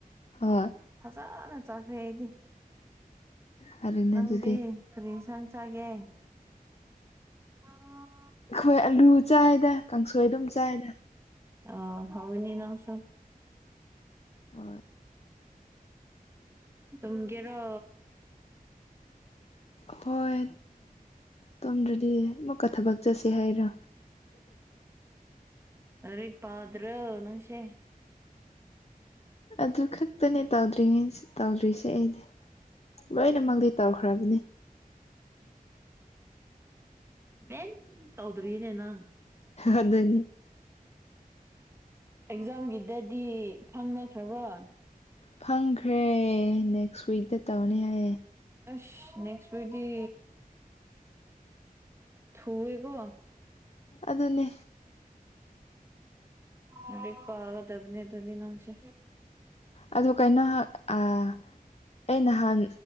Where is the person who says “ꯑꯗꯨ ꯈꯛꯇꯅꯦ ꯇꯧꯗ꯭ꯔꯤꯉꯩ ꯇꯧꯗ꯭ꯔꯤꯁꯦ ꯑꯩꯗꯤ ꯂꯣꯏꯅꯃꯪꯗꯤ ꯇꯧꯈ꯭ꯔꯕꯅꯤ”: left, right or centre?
Left